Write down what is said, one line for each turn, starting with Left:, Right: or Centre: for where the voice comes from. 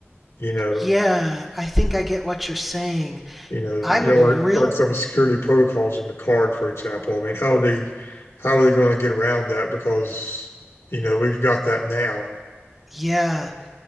Left: You know,
Centre: yeah i think i get what you're saying
Left: you know,
Centre: i
Left: you
Centre: would
Left: know, like,
Centre: real
Left: like some security protocols in the card, for example. I mean, how are they, how are they going to get around that? Because, you know, we've got that now.
Centre: yeah